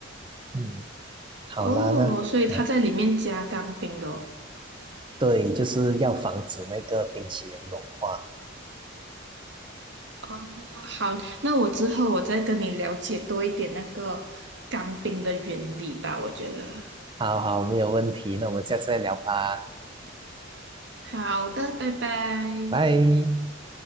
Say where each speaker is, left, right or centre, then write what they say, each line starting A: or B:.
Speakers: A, on the right; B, on the right.
A: 嗯，好啦，
B: 哦，
A: 那呃，
B: 所以他在里面加干冰的哦。
A: 对，就是要防止那个冰淇淋融化。
B: 哦，好，那我之后我再跟你了解多一点那个干冰的原理吧，我觉得。
A: 好好，没有问题，那我们下次再聊吧，
B: 好的，拜拜。
A: 拜。